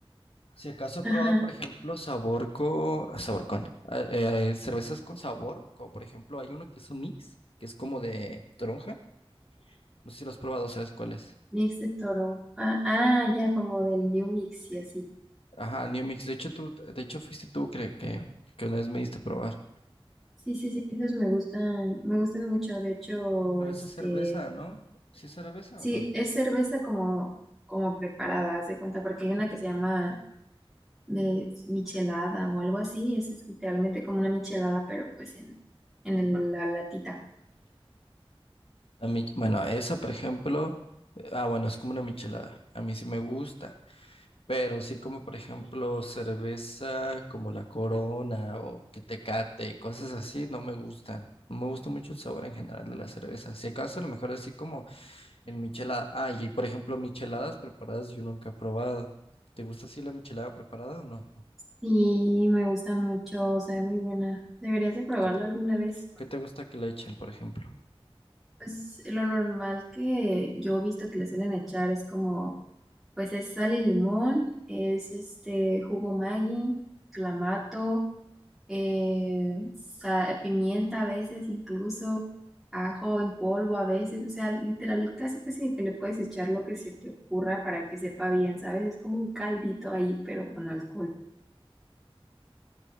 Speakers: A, on the left; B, in the centre.
A: Si acaso he
B: Ajá,
A: probado, por ejemplo, sabor con... Sabor con... ah, eh, cervezas con sabor, como por ejemplo, hay uno que es un mix, que es como de toronja. No sé si lo has probado, ¿sabes cuál es?
B: mix de toro. Ah, ah, ya como del New Mix y así.
A: Ajá, New Mix. De hecho, tú, de hecho fuiste tú que, que, que una vez me diste a probar.
B: Sí, sí, sí, esos me gustan, me gustan mucho. De hecho,
A: Pero
B: este,
A: esa es cerveza, ¿no? ¿Sí es cerveza
B: sí,
A: o no?
B: es cerveza como, como preparada, haz de cuenta, porque hay una que se llama de michelada o algo así. Esa es literalmente como una michelada, pero pues en, en el- la latita.
A: La mi- Bueno, esa, por ejemplo... eh, Ah, bueno, es como una michelada. A mí sí me gusta. Pero sí como por ejemplo cerveza como la Corona o que Tecate y cosas así no me gustan. No me gusta mucho el sabor en general de la cerveza. Si acaso a lo mejor así como en michelada. Ah, y por ejemplo micheladas preparadas yo nunca he probado. ¿Te gusta así la michelada preparada o no?
B: Y me gusta mucho, sabe muy buena. Deberías de probarlo
A: ¿Qué te-
B: alguna vez.
A: ¿Qué te gusta que le echen, por ejemplo?
B: Pues lo normal que yo he visto que le suelen echar es como, pues es sal y limón, es este jugo Maggi, clamato, eh, sa- eh, pimienta a veces incluso, ajo en polvo a veces, o sea, literal, casi casi que le puedes echar lo que se te ocurra para que sepa bien, ¿sabes? Es como un caldito ahí, pero con alcohol.